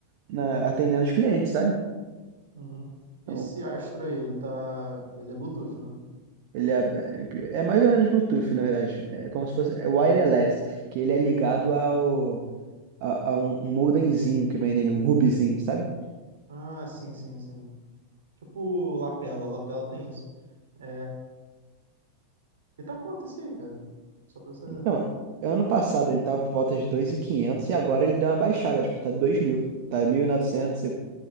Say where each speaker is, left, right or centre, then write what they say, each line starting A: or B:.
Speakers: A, on the right; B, on the right.
A: na- atendendo os clientes, sabe?
B: Uhum.
A: Então,
B: Esse Astro aí, ele tá. Ele é Bluetooth, né?
A: Ele é, é é mais ou menos Bluetooth, na verdade. É como se fosse é wireless, que ele é ligado ao, a, a um um modemzinho que vem nele, um hubzinho, sabe?
B: Ah, sim, sim, sim. Tipo, lapela, lapela tem isso. É... E tá quanto esse aí, cara? Só pra eu saber.
A: Então, ano passado ele tava por volta de 2.500 e quinhentos e agora ele deu uma baixada, tipo, tá 2.000, tá mil novecentos e